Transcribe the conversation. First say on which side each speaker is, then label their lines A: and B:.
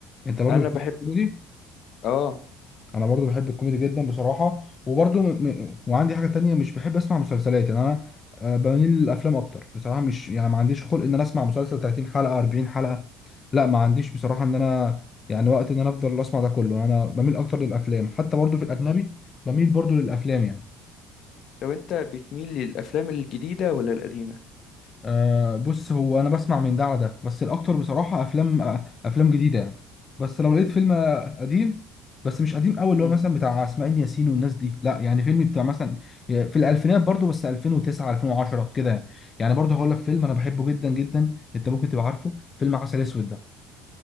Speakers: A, on the left; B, on the left.
A: انت برضو
B: انا
A: بتحب
B: بحب
A: الكوميدي
B: اه
A: انا برضو بحب الكوميدي جدا بصراحه وبرضو م... م- وعندي حاجه تانية مش بحب اسمع مسلسلات يعني انا آه، بميل للافلام اكتر بصراحه مش يعني ما عنديش خلق ان انا اسمع مسلسل 30 حلقه 40 حلقه لا ما عنديش بصراحه ان انا يعني وقت ان انا افضل اسمع ده كله انا بميل اكتر للافلام حتى برضو في الاجنبي بميل برضو للافلام يعني
B: لو انت بتميل للافلام الجديده ولا القديمه
A: آه بص هو انا بسمع من ده على ده بس الاكتر بصراحه افلام آه افلام جديده يعني بس لو لقيت فيلم آه، قديم بس مش قديم قوي اللي
B: مم.
A: هو مثلا بتاع اسماعيل ياسين والناس دي لا يعني فيلم بتاع مثلا آه، في الالفينات برضو بس 2009 2010 كده يعني يعني برضو هقول لك فيلم انا بحبه جدا جدا انت ممكن تبقى عارفه فيلم عسل اسود ده